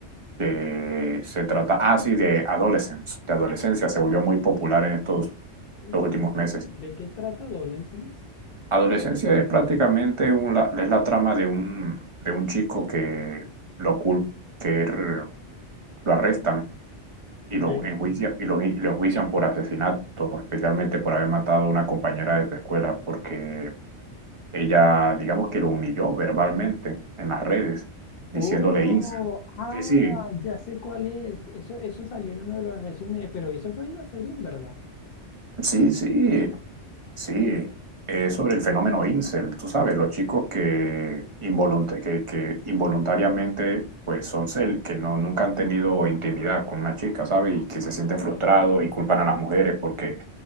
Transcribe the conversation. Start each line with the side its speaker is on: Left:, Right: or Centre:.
Right: que se trata, ah, sí, de Adolescence, de adolescencia, se volvió muy popular en estos,
Left: Ah, Pues,
Right: los últimos meses.
Left: ¿De qué trata Adolescence?
Right: Adolescencia es prácticamente un, la- es la trama de un, de un chico que lo, cul- que er- lo arrestan y
Left: Ok.
Right: los enjuician, y los, y lo enjuician por asesinato, especialmente por haber matado a una compañera de su escuela, porque ella, digamos que lo humilló verbalmente en las redes, diciéndole
Left: Oh,
Right: incel.
Left: ah,
Right: Sí, sí,
Left: ya sé cuál es. Eso, eso salió en uno de los resúmenes, pero eso fue una serie en verdad.
Right: sí, sí, sí. Es sobre el fenómeno incel, tú sabes, los chicos que, involunt- que, que involuntariamente pues son cel, que no, nunca han tenido intimidad con una chica, ¿sabes? Y que se sienten frustrados y culpan a las mujeres porque